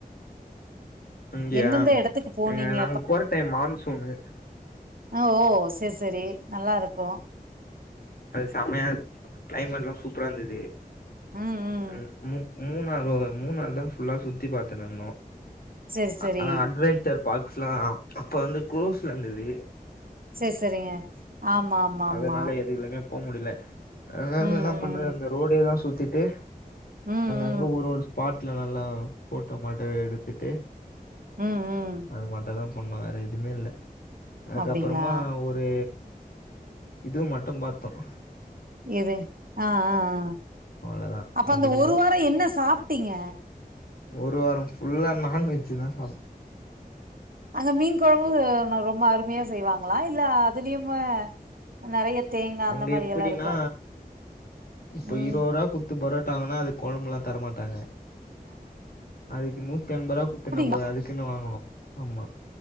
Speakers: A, on the left; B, on the right.
A: அங்கயா
B: எந்தெந்த
A: அங்க
B: எடத்துக்கு போனீங்க
A: நாங்க போற டைம் மான்சூனு
B: ஓஓ செர் செரி நல்லாருக்கூ
A: அது செமையா கிளைமேட் எல்லாம் சூப்பரா இருந்தது
B: ம் ம்
A: உஹம் உ மூணாறு மூணாறு தான் ஃபுல்லா சுத்தி பாத்துணுருந்தோம்
B: செரி செரி
A: ஹ் ஹ் அட்வெஞ்சர் பாக்ஸ்லாம்அப்ப வந்து கோர்ஸ்ல இருந்துது
B: செரி செரிங்க ஆமா ஆமா
A: அதனால
B: ஆமா
A: எதுவுல்லங்க போ முடில அதானே
B: ம்
A: என்ன பண்றது அந்த ரோடே தான் சு த்திட்டே
B: ம் ம்
A: அங்க அங்க
B: ம்
A: ஒரு ஒரு ஸ்பாட் ல நல்லா போட்டோ மாட்ட எடுத்துட்டு
B: ம் ம் ம்
A: அது மட்டும் தா பண்ணும் வேற எதுவுமே இல்ல அதுக்கப்புறமா
B: அப்டிங்களா
A: ஒரு இதுவும் மட்டும் பாரத்தோம்
B: இது ஆஹ்ஹ்ஹ
A: அவ்வளோதான்
B: அப்ப
A: அது
B: அந்த
A: கூட
B: ஒரு வாரம் என்ன சாப்டீங்க
A: ஒரு வாரம் ஃபுல்லா நான்வெஜ்ஜ் தா
B: அங்க மீன் கொழம்பு ரொம்ப அருமையா செய்வாங்களா இ அதுலயும நெறைய தேங்கா
A: அங்க
B: அந்த மாரி
A: எப்படினா
B: எல்லா இருக்கா
A: இப்ப
B: ம்
A: இருபது ரூபாயா குத்து பரோ ட்டாங்கன்னா அது கொழபுல்லாம் தரமாட்டாங்க அதுக்கு நூத்து எம்பது ரூவா
B: அப்டியா
A: நம்ப அதுக்குன்னு வாங்கணும் ஆமா